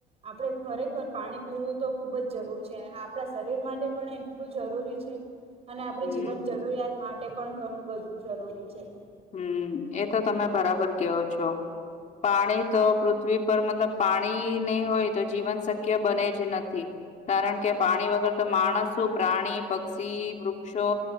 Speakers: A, on the right; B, on the left.
A: આપણે ખરેખર પાણી પીવું તો ખુબ જ જરૂર છે, આપણા શરીર માટે પણ એટલું જરૂરી છે. અને આપણી
B: હમ
A: જીવન જરૂરિયાત માટે પણ ઘણું બધું જરૂરી છે.
B: હમ એ તો તમે બરાબર કેવો છો. પાણી તો પૃથ્વી પર મતલબ પાણી નહી હોય તો જીવન શક્ય બને જ નથી. કારણ કે પાણી વગર તો માણસું પ્રાણી પક્ષી વૃક્ષો